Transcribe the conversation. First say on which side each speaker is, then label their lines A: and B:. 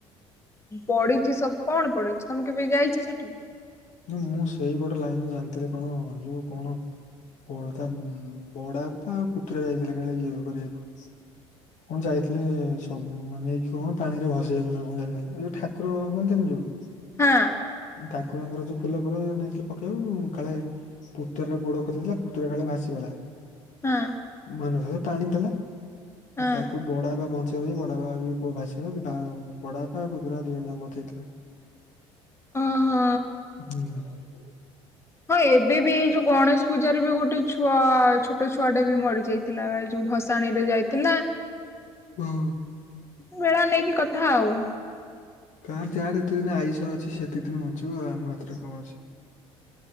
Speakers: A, on the left; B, on the left.
A: ପଡିଛି ସବୁ କଣ ପଡିଚି, ତମେ କେବେ ଯାଇଚ ସେଠି?
B: ମୁଁ ସେଇପଟ ଲାଇନରେ ଜାନଥିଲି କଣ ଯଉ କଣ କଣ ତା ବଡବାପା ଆଉ ପୁତୁରା ଯାଇଥିଲେ କାଳେ ଇଏ କରିବାକୁ କଣ ଯାଇଥିଲେ ସବୁ ମାନେ ନେଇକି କଣ ପାଣିରେ ଭସେଇକୁ ନା କଣ ଯାଇଥିଲେ, ଏ ଯୋଉ ଠାକୁର ହୁଅନ୍ତିନି ଯୋଉ
A: ହଁ।
B: ଠାକୁରଙ୍କ ର ଯୋଉ ଫୁଲ ଫୁଲ ନେଇଥିଲେ ପକେଇବାକୁ କାଳେ ପୁତୁରାର ଗୋଡ ଖସିଯାଇଥିଲା ପୁତୁର କାଳେ ଭାସିଗଲା।
A: ହଁ
B: ମନୋହର। ଟାଣି ଦେଲା।
A: ହଁ
B: ଆଉ ତାକୁ ବଡ଼ାପା ବଞ୍ଚେ ଏଇ ବଡ ବାପା ପୁଅ ଭାସିିବ ତା ବଡ ବାପା ପୁତୁରା ଦିଜଣ ଯାକ ମରି ଯାଇଥିଲେ।
A: ଓହୋ।
B: ହୁଁ।
A: ହଁ ଏବେ ବି ଏଇ ଯୋଉ ଗଣେଶ ପୂଜାରେ ବି ଗୋଟେ ଛୁଆ, ଛୋଟ ଛୁଆଟେ ବି ମରି ଯାଇଥିଲା ଏ ଯୋଉ ଭସାଣୀ ରେ ଯାଇ ନା
B: ବ
A: ଭେଳା ନେଇକି କଥା ଆଉ।
B: କାହାର୍ ଯାଆର ଯେତେ ଦିନ ଆୟୁଷ ଅଛି ସେତିକ ଦିନ ବଞ୍ଚିବ ଆଉ ଆମର ସେଥିରେ କଣ ଅଛି।